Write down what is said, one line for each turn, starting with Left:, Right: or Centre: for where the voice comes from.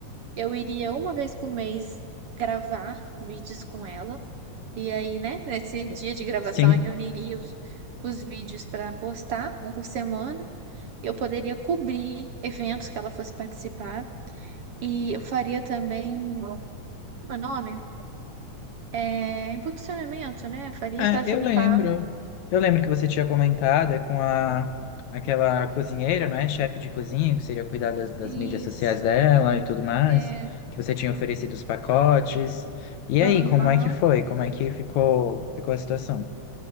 Right: Eu iria uma vez por mês gravar vídeos com ela. E aí, né, nesse dia de gravação,
Left: sim.
Right: eu reuniria os, os vídeos para postar um por semana. Eu poderia cobrir eventos que ela fosse participar. E eu faria também, como é o nome? É, impulsionamento, né? Faria
Left: É,
Right: tráfego
Left: eu lembro.
Right: pago.
Left: Eu lembro que você tinha comentado é, com a aquela cozinheira, não é? Chefe de cozinha, que seria cuidar das, das
Right: Isso.
Left: mídias sociais dela e tudo mais,
Right: É,
Left: que você tinha oferecido os pacotes. E aí,
Right: aham.
Left: como é que foi? Como é que ficou, ficou a situação?